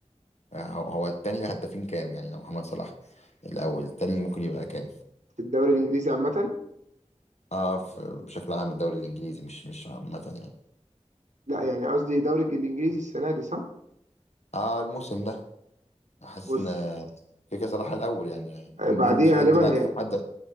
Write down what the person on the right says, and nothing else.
في الدوري الإنجليزي عامة
لا يعني قصدي دوري الإنجليزي السنة دي صح؟
بص
آه، بعديه
غالبا
هي